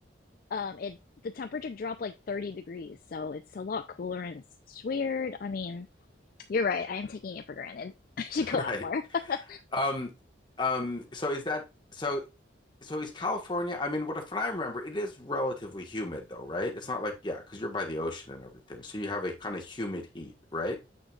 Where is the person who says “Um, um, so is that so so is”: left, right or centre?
Left